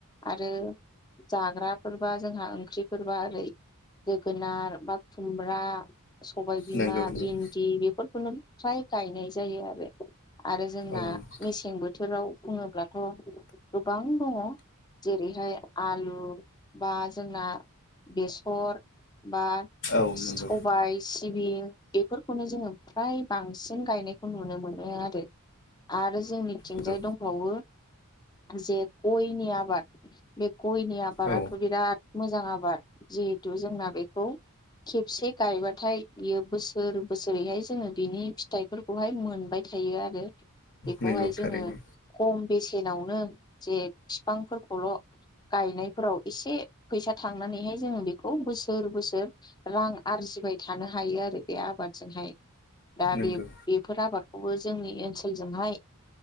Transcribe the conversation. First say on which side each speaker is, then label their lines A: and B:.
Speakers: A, on the left (about 20°); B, on the left (about 55°).
A: आरो जाग्राफोरबा जोंहा ओंख्रिफोरबा ओरै जोगोनार बा खुमब्रा सबायबिमा
B: नंगौ नंगौ
A: भिन्दि बेफोरखौनो फ्राय गायनाय जायो आरो आरो जोंना
B: औ
A: मेसें बोथोराव बुङोब्लाथ गोबां दङ जेरैहाय आलु बा जोंना बेसर बा
B: औ
A: सबाय
B: नंगौ
A: सिबिं बेफोरखौनो जोङो फ्राय बांसिन गायनायखौ नुनो मोनो आरो आरो जोंनिथिंजाय
B: नंगौ
A: दंबावो जे गयनि आबाद बे गयनि आबादाथ
B: औ
A: बिराद मोजां आबाद जिहेथु जोंना बेखौ खेबसे गायबाथाय बियो बोसोर बोसोरैहाय जोङो बिनि फिथाइफोरखौहाय मोनबायथायो आरो बेखौहाय
B: नंगौ
A: जोङो
B: थारैनो
A: खम बेसेन नावनो जे बिफांफोरखौल गायनायफोराव एसे फैसा थांनानैहाय जोङो बेखौ बोसोर बोसोर रां आरजि बाय थानो हायो आरो बे आबादजोंहाय दा
B: नंगौ
A: बे बेफोर आबादखौबो जोंनि ओनसोलजोंहाय